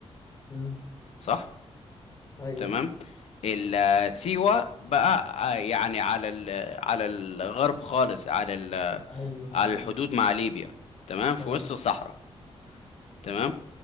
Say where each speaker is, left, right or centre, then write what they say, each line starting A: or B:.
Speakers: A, on the left (about 45°); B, on the left (about 75°).
A: مم،
B: صح
A: أيوه
B: تمام ال- سيوة بقى آه، يعني على ال... على الغرب خالص على ال...
A: أيوه أيوه
B: على الحدود مع ليبيا تمام في
A: تمام
B: وسط الصحراء تمام